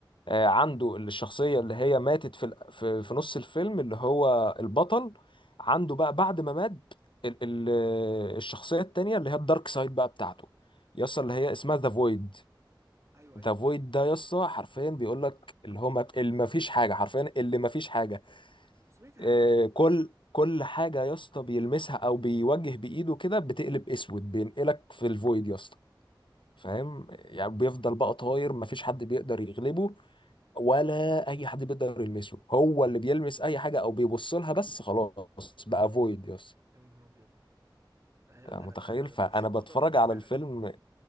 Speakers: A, on the left; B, on the right.
A: آه، عنده الشخصية اللي هي ماتت في ال- في في نص الفيلم اللي هو البطل عنده بقى بعد ما مات ال- ال- آه، الشخصية التانية اللي هي الدارك سايد بقى بتاعته يسطا اللي
B: اه
A: هي اسمها ذا فويد
B: ايوه ايوه
A: ذا فويد ده يسطا حرفيا بيقول لك اللي هو ما اللي ما فيش حاجة حرفيا اللي ما فيش حاجة
B: سمعت عنه
A: آه، كل كل حاجة يا اسطى بيلمسها او بيوجه بايده كده بتقلب اسود بينقلك في الفويد يا اسطى فاهم يعني بيفضل بقى طاير مفيش حد بيقدر يغلبه ولا اي حد بيقدر يلمسه هو اللي بيلمس
B: اه
A: اي حاجة او بيبص لها بس خلاص بقى فويد يا اسطى
B: يا نهار ابيض لا
A: أنت
B: ده
A: متخيل
B: ده ده, ده
A: فانا
B: مفيش قوه
A: بتفرج
B: تقف قدامه
A: على
B: فعلا
A: الفيلم